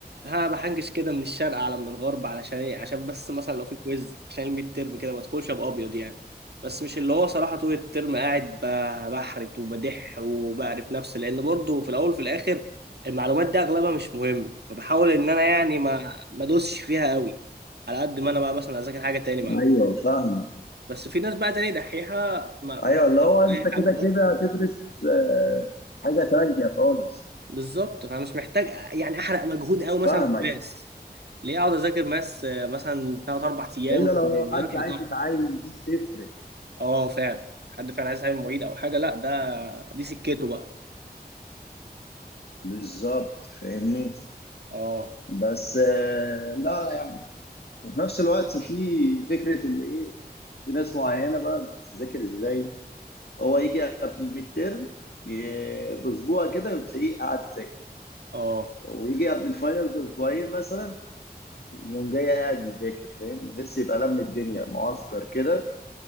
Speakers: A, on the right; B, on the left.
A: ها بحنجش كده من الشرق على من الغرب علشان ايه عشان بس مثلا لو في كويز عشان الميد ترم كده ما ادخلش ابقى ابيض يعني بس مش اللي هو صراحه طول الترم قاعد ب- بحرت وبدح وبعرف نفسي لان برضه في الاول وفي الاخر المعلومات دي اغلبها مش مهم فبحاول ان انا يعني ما ما ادوسش فيها قوي على قد ما انا بقى مثلا اذاكر حاجه تاني معلومة.
B: ايوه فاهمه
A: بس في ناس بقى تاني دحيحه ما
B: ايوه
A: ما-
B: اللي هو انت
A: حاجه
B: كده
A: برضه
B: كده هتدرس آه، حاجه تانية خالص
A: بالظبط فانا مش محتاج يعني احرق مجهود قوي
B: فاهمك
A: مثلا في ماس ليه اقعد اذاكر ماس آه، مثلا ثلاث اربع ايام
B: الا لو
A: والمذاكره
B: حد عايز
A: بتاعته
B: يتعين دي تفرق
A: اه فعلا حد فعلا عايز يتعلم معيد او حاجه لا ده دي سكته بقى
B: بالظبط فاهمني
A: اه
B: بس آه، لا يعني وفي نفس الوقت في فكره اللي ايه في ناس معينه بقى بتذاكر ازاي هو يجي قبل الميد تيرم ي- باسبوع كده بتلاقيه قاعد يذاكر
A: اه
B: ويجي قبل الفاينل باسبوعين مثلا يوم جاي قاعد يذاكر فاهم تحس يبقى لم الدنيا معسكر كده